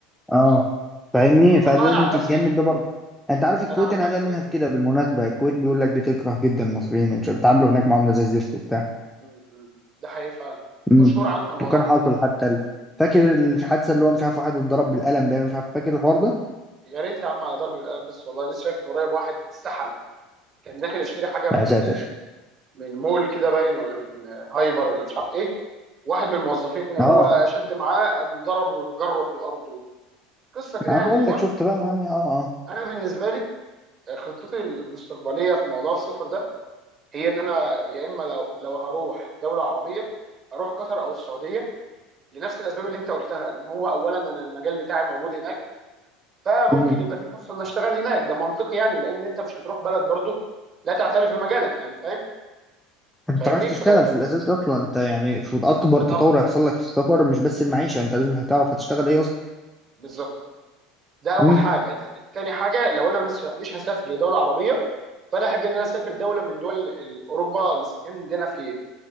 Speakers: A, in the centre; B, on the right.
A: اه
B: اه
A: فاهمني
B: والله
A: فلازم
B: انا عن
A: تتجنب
B: نفسي
A: ده برضه انت عارف الكويت
B: انا عن
A: انا
B: نفسي
A: قلقان منها في كده بالمناسبه الكويت بيقول لك بتكره جدا المصريين ومش بيتعاملوا هناك معامله زي الزفت وبتاع
B: مم، مم. ده حقيقي فعلا
A: امم
B: مشهور عنهم الموضوع
A: وكان
B: ده
A: حاصل
B: جدا
A: حتى ال... فاكر الحادثه اللي هو مش عارف واحد اتضرب بالقلم باين مش عارف فاكر الحوار ده
B: يا ريت يا عم على ضرب بالقلم بس والله لسه شايف من قريب واحد سحل كان داخل يشتري حاجه من
A: يا ساتر
B: من مول كده باين ولا من هايبر ولا مش عارف ايه واحد من الموظفين ان هو
A: اه
B: شد معاه قام ضربه وجره في الارض قصه كده
A: انا
B: يعني
A: بقول
B: المهم
A: لك شفت بقى معايا اه اه
B: انا بالنسبه لي خطتي المستقبليه في موضوع السفر ده هي ان انا يا اما لو لو هروح دوله عربيه اروح قطر او السعوديه لنفس الاسباب اللي انت قلتها ان هو اولا انا المجال بتاعي موجود هناك فممكن
A: امم
B: يبقى في فرصه ان اشتغل هناك ده منطقي يعني لان انت مش هتروح بلد برضو لا تعترف بمجالك يعني فاهم
A: انت
B: فاهمني
A: رايح تشتغل
B: ف
A: في الاساس اصلا انت يعني في اكبر
B: بالظبط
A: تطور هيحصل لك في السفر مش بس المعيشه انت لازم هتعرف هتشتغل ايه اصلا
B: بالظبط ده اول
A: امم
B: حاجه تاني, تاني حاجه لو انا مس- مش هسافر لدوله عربيه فانا احب ان انا اسافر دوله من دول ال- اوروبا الاسكندنافيه